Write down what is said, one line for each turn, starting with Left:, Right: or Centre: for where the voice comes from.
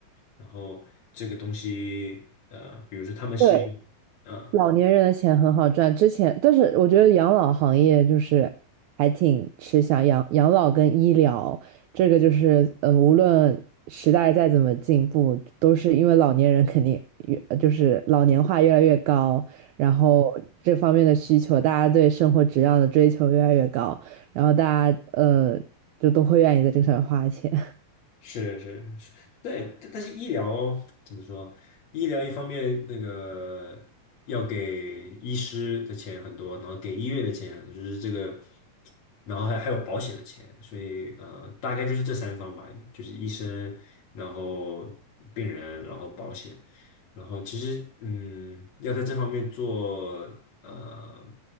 Left: 然后这个东西，呃，比如说他们是，
Right: 对。
Left: 嗯，
Right: 老年人的钱很好赚，之前，但是我觉得养老行业就是还挺吃香，养养老跟医疗这个就是，嗯，无论时代再怎么进步，都是因为老年人肯定越呃就是老年化越来越高，然后这方面的需求，大家对生活质量的追求越来越高，然后大家呃就都会愿意在这上面花钱。
Left: 是是是，对，但但是医疗。说医疗一方面那个要给医师的钱很多，然后给医院的钱很多就是这个，然后还还有保险的钱，所以呃，大概就是这三方吧，就是医生，然后病人，然后保险，然后其实嗯，要在这方面做呃